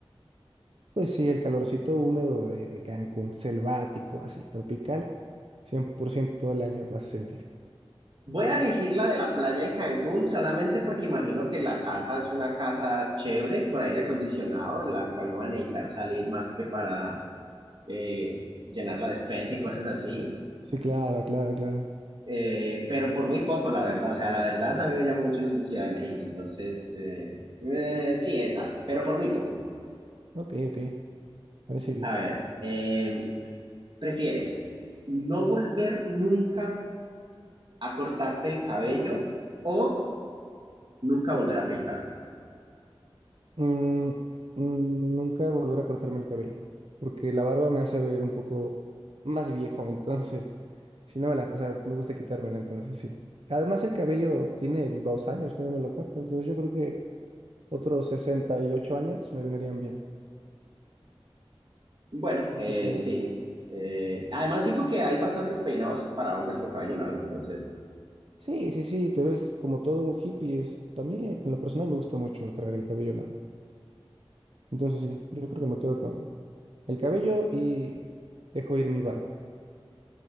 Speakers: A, on the right (about 75°); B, on the right (about 55°).
A: Pues sí, el calorcito húmedo de, de Cancún, selvático, así, tropical, 100% todo el año vas a sentir.
B: Voy a elegir la de la playa en Cancún solamente porque imagino que la casa es una casa chévere, con aire acondicionado, en la cual no van a necesitar salir más que para eh, llenar la despensa y cosas así.
A: Sí, claro, claro, claro.
B: Eh, pero por muy poco, la verdad. O sea, la verdad, a mí me llama mucho la Ciudad de México. Entonces, eh, eh, sí, esa, pero por muy poco.
A: Ok, ok, parece bien.
B: A ver, eh, ¿Prefieres no volver nunca a cortarte el cabello o nunca volver a afeitarte?
A: Mm, mm, nunca volver a cortarme el cabello, porque la barba me hace ver un poco más viejo, entonces, si no me la, o sea, me gusta quitármela, entonces sí. Además, el cabello tiene dos años que no me lo corto, entonces yo creo que otros 68 años me vendrían bien.
B: Bueno,
A: ¿Tú
B: eh,
A: qué opinas?
B: sí. Eh, además digo que hay bastantes peinados para hombres con cabello largo, entonces,
A: Sí, sí, sí, te ves como todo un hippie. Es, también, en lo personal, me gusta mucho traer el cabello largo. Entonces, sí, yo creo que me quedo con el cabello y dejo ir mi barba.